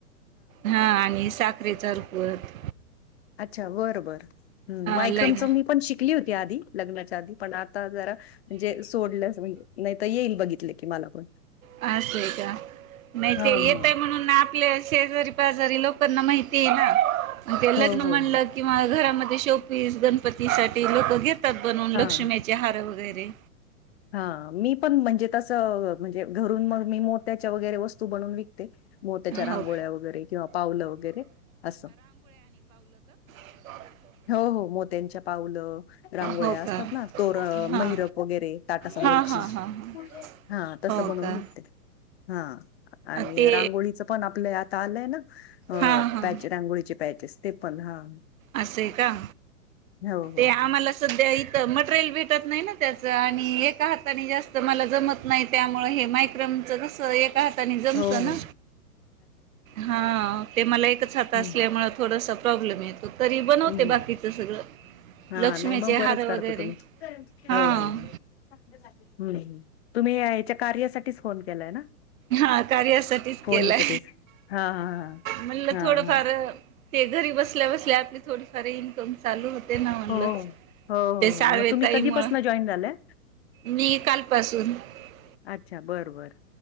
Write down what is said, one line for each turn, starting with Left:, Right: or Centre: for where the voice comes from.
Right: हा आणि साखरेचा रुकवत.
Left: अच्छा बर बर मायक्रमच
Right: लग्न
Left: मी पण शिक ली होती आधी लग्नाच्या आधी पण आता जरा मजे <unintelligible> नाही तर येईल बघितले की मला पण.
Right: असं आहे का? नाही
Left: हां,
Right: ते येतय
Left: हां.
Right: म्हणून आपल्या शेजारी पाजारी लोकांना माहितीये ना, म ते लग्न
Left: हो, हो,
Right: म्हणलं
Left: हो.
Right: कि मला घरामध्ये शोपीस गणपती साठी लोकं घेतात बनून
Left: हां,
Right: लक्ष्मीचे हार वगैरे.
Left: हा मी पण म्हणजे तसं अ म्हणजे, घरून मग मी मोत्याच्या वगैरे वस्तू बनवून विकते. मोत्याच्या रांगोळ्या
Right: हो
Left: वगैरे किंवा पावलं वगैरे असं
Right: ह
Left: हो हो मोत्यांच्या पावलं रांगोळ्या
Right: हो
Left: असतात
Right: का?
Left: ना तोर
Right: हां
Left: मैरप
Right: हां
Left: वगैरे ताट सामोरची
Right: हां हां हां.
Left: हा तस
Right: हो
Left: बनवून
Right: का
Left: विकते हा आणि
Right: ते
Left: रांगोळीच पण आपलं आता आलंय ना
Right: हां हां
Left: पॅ रांगोळीचे पॅचेस ते पण हा
Right: असं का
Left: हो हो
Right: ते आम्हाला
Left: हो
Right: सध्या इथं मटेरियल भेटत नाही ना त्या आणि एका हाताने जास्त मला जमत नाही त्यामुळे हे मायक्रमच कस कातानी जमत
Left: हो हो.
Right: ना हा ते मला एकच हात असल्यामुळे
Left: हम्म
Right: थोडसा प्रॉब्लेम येत तरी बनवते
Left: हम्म.
Right: बाकीच सगळं
Left: हा
Right: लक्ष्मीचे
Left: नाही मग बरंच
Right: हार वगैरे
Left: करत तुम्ही
Right: हां
Left: हो हो हम् तुम्ही याच्या कार्यासाठीच फोन केलाय ना
Right: हा कार्यासाठीच
Left: फोनीसाठीच
Right: केलंय
Left: हा हा
Right: म्हणलं
Left: हा हा
Right: थोडंफार
Left: हा
Right: ते घरी बसल्या बसल्या आपली थोडीफार इनकम चालू होते ते ना म्हणलंच
Left: हो हो हो हो
Right: ते साळवे
Left: हो. मग तुम्ही
Right: ताई
Left: कधीपासून
Right: मुळ
Left: जॉईन झालाय
Right: मी कालपास दन <unintelligible>
Left: अच्छा बर बर